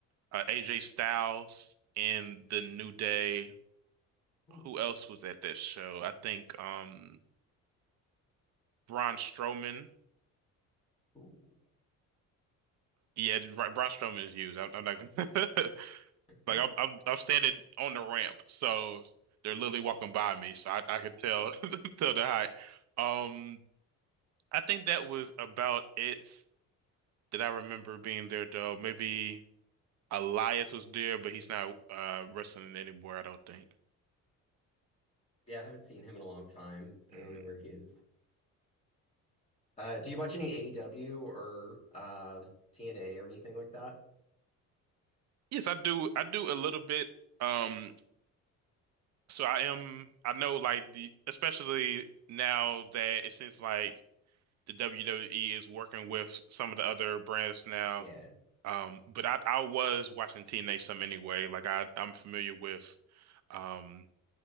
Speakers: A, on the right (about 60°); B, on the left (about 20°).
A: uh, AJ Styles in the New Day.
B: Cool.
A: Who else was at that show? I think. Um, Braun Strowman.
B: Cool.
A: Yeah, Bra- Braun Strowman is huge. I'm, I'm not gonna <laughs>
B: <laughs>
A: like I'm, I'm I'm standing on the ramp, so they're literally walking by me, so I, I could tell <laughs> tell the height. Um, I think that was about it that I remember being there though. Maybe Elias was there, but he's not uh wrestling anymore, I don't think.
B: Yeah, I haven't seen him in a long time. I
A: Mm.
B: don't know where he is. Uh, do you watch any AEW or uh, TNA or anything like that?
A: Yes, I do. I do a little bit. Um, so I am. I know, like the especially now that it seems like the WWE is working with some of the other brands now.
B: Yeah.
A: Um, but I, I was watching TNA some anyway. Like I, I'm familiar with, um,